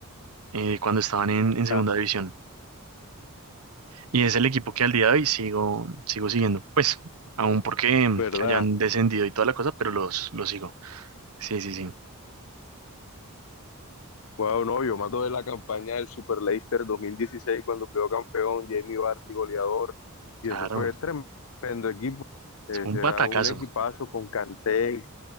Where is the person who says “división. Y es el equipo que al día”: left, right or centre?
Right